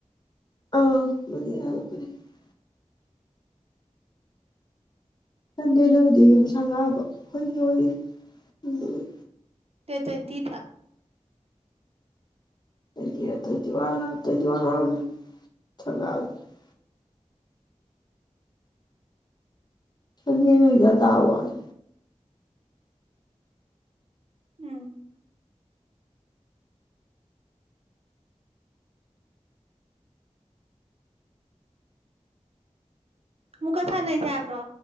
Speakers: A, on the left; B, on the right.
A: <unintelligible> ꯁꯟꯗꯦꯗꯨꯕꯨꯗꯤ ꯌꯨꯝ ꯁꯪꯒꯥꯕ ꯑꯩꯈꯣꯏ ꯅꯦꯍꯣꯏꯒꯤ ꯑꯗꯨꯒꯤ
B: ꯗꯦꯠ ꯇꯣꯏꯟꯇꯤꯗ
A: <unintelligible> ꯁꯟꯗꯦ ꯅꯨꯃꯤꯠꯇ ꯇꯥ ꯋꯥꯅꯤ
B: ꯎꯝ ꯑꯃꯨꯛꯀ ꯁꯅꯁꯦ ꯍꯥꯏꯕ꯭ꯔꯣ